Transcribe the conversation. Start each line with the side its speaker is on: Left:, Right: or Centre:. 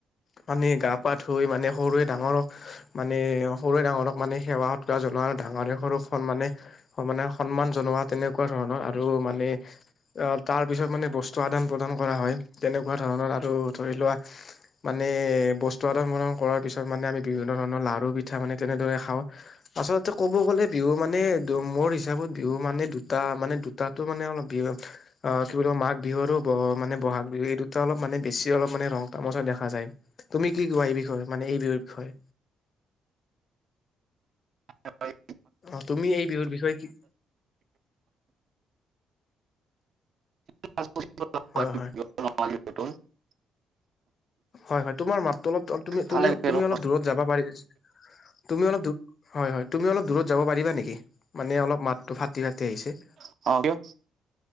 Left: পানিয়ে গা-পা ধুই মানে সৰুৱে ডাঙৰক মানে সৰুৱে ডাঙৰক মানে সেৱা সৎকৰা জনোৱা, ডাঙৰে সৰুক সন্মানে মানে সন্মান জনোৱা তেনেকুৱা ধৰণৰ আৰু মানে অ' তাৰপিছত মানে বস্তু আদান-প্ৰদান কৰা হয়, তেনেকুৱা ধৰণৰ আৰু ধৰি লোৱা মানে বস্তু আদান-পদাণ কৰাৰ পিছত মানে আমি বিভিন্ন ধৰণৰ লাৰু পিঠা মানে তেনেদৰে খাওঁ। আচলতে ক'ব গ'লে বিহু মানে মোৰ হিচাপত বিহু মানে দুটা মানে দুটাতো মানে অলপ বিহ- অ কি বুল মাঘ বিহু আৰু মানে বহাগ বিহু এই দুটা অলপ মানে বেছি অলপ মানে ৰং-তামাচা দেখা যায়। তুমি কি কোৱা এই বিষয়ে মানে এই বিয়ষয়ে?
Right: হ হয়।
Left: অ, তুমি এই বিহুৰ বিষয়ে কি-
Right: <unintelligible>
Left: হয় হয়।
Right: <unintelligible>
Left: হয় হয়, তোমাৰ মাতটো অলপ তুমি
Right: ভাল
Left: তুলি
Right: লাগে আৰু
Left: তুমি অলপ দূৰত যাব পাৰি তুমি অলপ দু- হয় হয় তুমি অলপ দূৰত যাব পাৰিবা নেকি? মানে অলপ মাতটো ফাটি ফাটি আহিছে।
Right: <unintelligible> কি আমাৰ